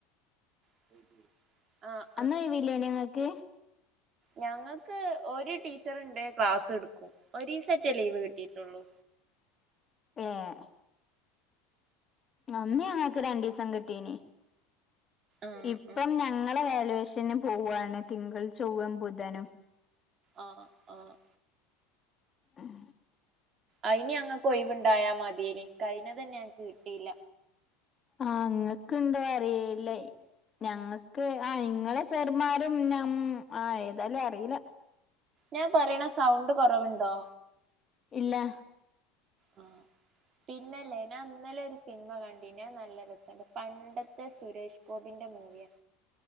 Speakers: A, on the right (about 40°); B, on the left (about 30°).
A: <unintelligible> ആഹ്
B: അന്നും വല്ലേ ഞങ്ങൾക്ക്
A: ഞങ്ങൾക്ക് ഒരു ടീച്ചർണ്ട് ക്ലാസ് എടുക്കും ഒ സെറ്റ് ലീവ് കിട്ടിയിട്ടുള്ളൂ
B: <unintelligible> അന്ന് ഞങ്ങൾക്ക് രണ്ടു ദിവസം കിട്ടീന്
A: ആഹ്
B: ഇപ്പം
A: ആഹ്
B: ഞങ്ങളെ വാല്യൂ ന് പോവയാണ് തിങ്കൾ ചൊവ്വം ബുധനും
A: ആ ആ
B: ഉം
A: അയിനി അങ്ങ കൊയ്വുണ്ടായാ മതിയേന് കഴന തന്നെ ക്ക് കിട്ടിയില്ല
B: ആ അങ്ങക്ക ഇണ്ടോ അറിയല്ലേ ഞങ്ങൾക്ക് ആ ഇങ്ങളെ സെറമാരും ഞ ആ ഏതായാലും അറിയില്ല
A: ഞാൻ പറയണ സൗണ്ട് കുറവുണ്ടോ
B: ഇല്ല
A: ആ പിന്നല്ലേനാ അന്നലെ ഒരു സിനിമ കണ്ടീന് നല്ല രസണ്ട് പണ്ടത്തെ സുരേഷ് ഗോപിന്റെ മൂവിയാ